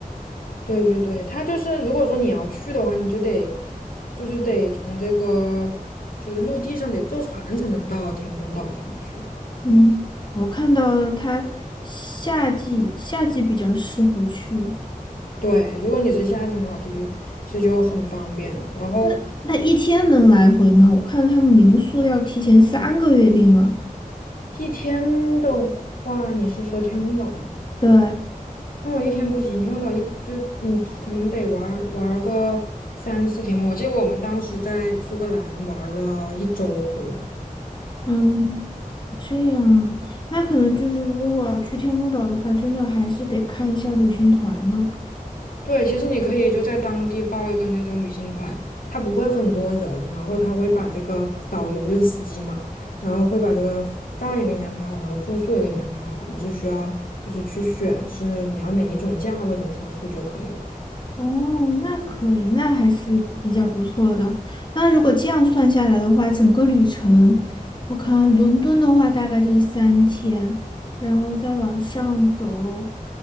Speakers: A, on the left (about 75°); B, on the left (about 30°).
A: 对对对，它就是如果说你要去的话，你就得就是得从这个就是陆地上得坐船才能到天空岛上面去。
B: 嗯，我看到了它夏季夏季比较适合去。
A: 对，如果你是夏天的话，就就其实就很方便了。然后
B: 那那一天能来回吗？我看他们民宿要提前三个月订啊。
A: 一天的话，你是说天空岛吗？
B: 对，
A: 通岛一天不行，天空岛一就你可能得玩儿玩儿个三四天吧。我记得我们当时在苏格兰玩儿了一周多。
B: 嗯，这样啊，那可能就是如果我要去天空岛的话，真的还是得看一下旅行团了。
A: 对，其实你可以就在当地报一个那种旅行团，他不会很多人，然后他会把这个导游就是司机嘛，然后会把这个饭也给你安排好，然后住宿也给你安排好，你只需要就是去选是你要哪一种价位的住宿就可以了，
B: 哦，那可以，那还是比较不错的。那如果这样算下来的话，整个旅程，我看伦敦的话大概就是三天，然后再往上走。